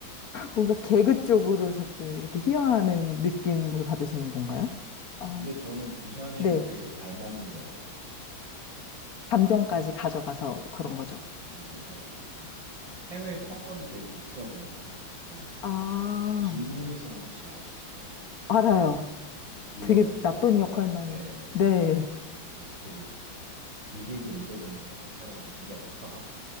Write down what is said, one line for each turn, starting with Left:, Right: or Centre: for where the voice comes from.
Left: 뭔가 개그 쪽으로 자꾸 이렇게 희화하는 느낌을 받으시는
Right: 예.
Left: 건가요? 어,
Right: 근데 저는 부산행
Left: 네.
Right: 되게 잘 만든 영화라고 생각해요.
Left: 감정까지 가져가서 그런 거죠.
Right: 그리고 예, 그 해외 평가도 되게 좋더라고요. 그
Left: 아,
Right: 김의성 씨 아시죠?
Left: 알아요.
Right: 그 빌런으로
Left: 되게 나쁜
Right: 나오잖아요.
Left: 역할만,
Right: 예.
Left: 네,
Right: 어, 되게 그 리뷰들 읽어보니까 이 사람 누구냐고 <laughs> 막